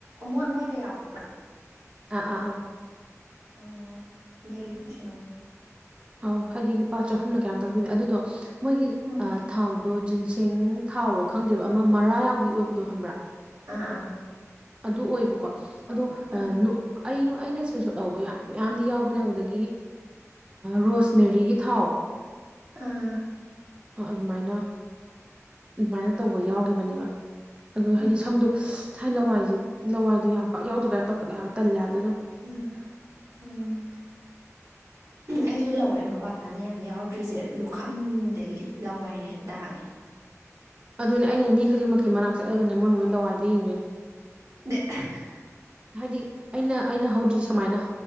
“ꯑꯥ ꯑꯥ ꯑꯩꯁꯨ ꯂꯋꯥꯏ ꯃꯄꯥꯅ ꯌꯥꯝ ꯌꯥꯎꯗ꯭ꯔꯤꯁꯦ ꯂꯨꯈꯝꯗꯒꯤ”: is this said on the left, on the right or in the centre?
Right